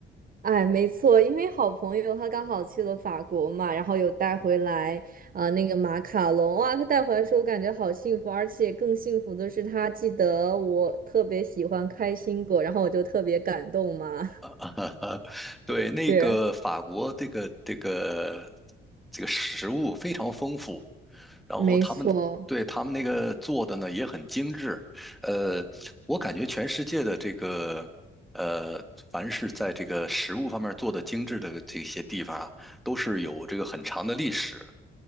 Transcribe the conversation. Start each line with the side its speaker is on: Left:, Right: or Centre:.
Right: 哎，没错，因为好朋友他刚好去了法国嘛，然后有带回来啊、呃那个马卡龙，哇，他带回来的时候我感觉好幸福，而且更幸福的是他记得我特别喜欢开心果，然后我就特别感动嘛，
Centre: <laughs> 对，
Right: <laughs>
Centre: 那个法国这个这个
Right: 是，
Centre: 这个食物非常丰富，然后他们对他们那个做的呢也很精致。
Right: 没错。
Centre: 呃，我感觉全世界的这个呃，凡是在这个食物方面做的精致的这些地方啊，都是有这个很长的历史，